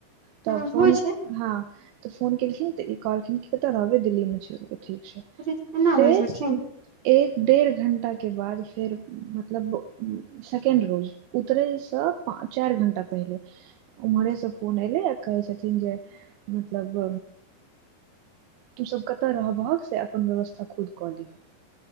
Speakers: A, on the right; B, on the right.
A: तऽ
B: ह
A: फोन
B: होइ छै
A: हँ तऽ फोन केलखिन तऽ ई कहलखिन कि कतय रहबै दिल्लीमे ठीक छै
B: ऐना
A: फेर
B: बाजे छलखिन
A: एक डेढ़ घण्टाके बाद फेर मतलब सेकेंड रोज उतरेसँ चारि घंटा पहिले ओम्हरेसँ फोन एलै आ कहै छथिन जे मतलब तुसभ कतय रहबहक से अपन व्यवस्था खुद कऽ लिहऽ